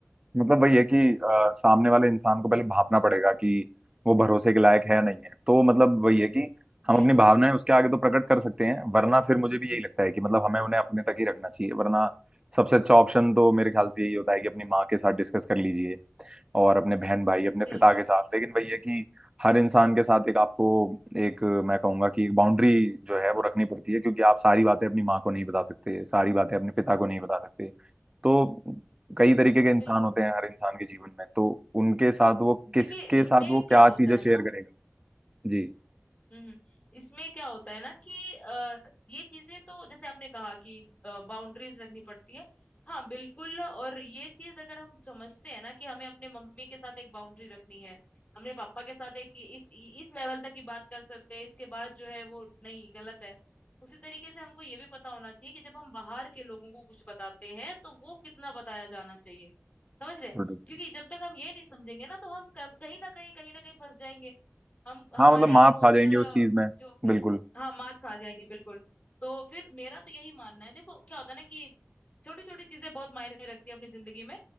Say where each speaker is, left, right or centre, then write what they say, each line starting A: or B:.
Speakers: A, on the right (about 15°); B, on the left (about 30°).
A: मतलब वही है कि अ, सामने वाले इंसान को पहले भापना पड़ेगा कि वो भरोसे के लायक है या नहीं है तो मतलब वही है कि हम
B: बिल्कुल
A: अपनी भावनाएं उसके आगे तो प्रकट कर सकते हैं वरना फिर मुझे भी यही लगता है कि मतलब हमें उन्हें अपने तक ही रखना चाहिए वरना सबसे अच्छा ऑप्शन तो मेरे ख्याल से यही होता है कि अपनी माँ के साथ डिस्कस कर लीजिए और अपने बहन भाई अपने
B: बिल्कुल
A: पिता के साथ लेकिन वही है कि हर इंसान के साथ एक आपको एक मैं कहूंगा कि बाउंड्री जो है वो रखनी पड़ती है क्योंकि आप सारी बातें अपनी माँ को नहीं बता सकते सारी बातें अपने पिता को नहीं बता सकते तो कई तरीके के इंसान
B: बिल्कुल
A: होते हैं हर इंसान के जीवन में तो उनके साथ वो किसके
B: देखिए इसमें
A: साथ वो
B: क्या
A: क्या
B: होता
A: चीजें
B: है
A: शेयर
B: ना
A: करेगा जी
B: हम्म हम्म। इसमें क्या होता है ना कि अ, ये चीजें तो जैसे आपने कहा कि बाउंड्रीज रखनी पड़ती है हाँ बिल्कुल और ये चीज अगर हम समझते हैं ना कि हमें अपने मम्मी के साथ एक बाउंड्री रखनी है हमने पापा के साथ एक इस इस लेवल तक ही बात कर सकते हैं इसके बाद जो है वो नहीं गलत है उसी तरीके से हमको ये भी पता होना चाहिए कि जब हम बाहर के लोगों को कुछ बताते हैं तो वो कितना बताया जाना चाहिए समझ रहे
A: बिल्कुल
B: क्योंकि जब तक हम ये नहीं समझेंगे ना तो हम कब- कहीं ना कहीं कहीं ना कहीं फंस जाएंगे हम हमारे
A: हाँ मतलब मात
B: इमोशनल
A: खा जाएंगे उस चीज में
B: जो
A: बिल्कुल
B: हाँ मात खा जाएंगे बिल्कुल तो फिर मेरा तो यही मानना है देखो क्या होता है ना कि छोटी छोटी चीजें बहुत मायने रखती है अपनी जिंदगी में